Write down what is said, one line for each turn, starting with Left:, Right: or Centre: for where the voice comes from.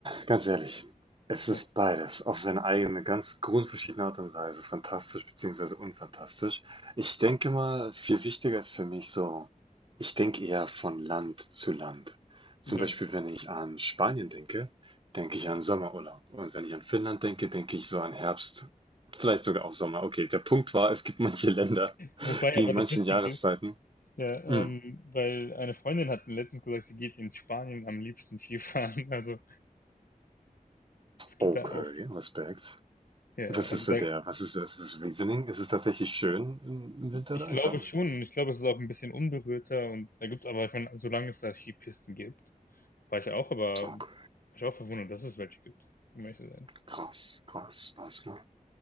Right: Ganz ehrlich, es
Left: Ja,
Right: ist beides auf seine eigene, ganz grundverschiedene Art und Weise, fantastisch beziehungsweise unfantastisch. Ich denke mal, viel wichtiger ist für mich so, ich denke eher von Land zu Land. Zum
Left: ja.
Right: Beispiel, wenn ich an Spanien denke, denke ich an Sommerurlaub. Und wenn ich an Finnland denke, denke ich so an Herbst, vielleicht sogar auch Sommer. Okay, der Punkt war, es gibt manche Länder,
Left: Wobei
Right: die
Left: aber
Right: in manchen
Left: das witzige
Right: Jahreszeiten.
Left: ist, ja,
Right: Mm,
Left: ähm, weil eine Freundin hat mir letztens gesagt, sie geht in Spanien am liebsten Skifahren. <laughs> Also, das geht
Right: okay,
Left: da auch.
Right: Respekt.
Left: Ja, ja,
Right: Was
Left: also
Right: ist
Left: da
Right: so der, was ist, ist das Reasoning? Ist es tatsächlich schön im, im Winter
Left: ich
Right: da?
Left: glaube
Right: Ich weiß nicht.
Left: schon und ich glaube, es ist auch ein bisschen unberührter und da gibt's aber ich meine, solange es da Skipisten gibt War ich ja auch, aber
Right: Okay,
Left: war ich auch verwundert, dass es welche gibt, um ehrlich zu sein.
Right: krass, krass, krass. Ne?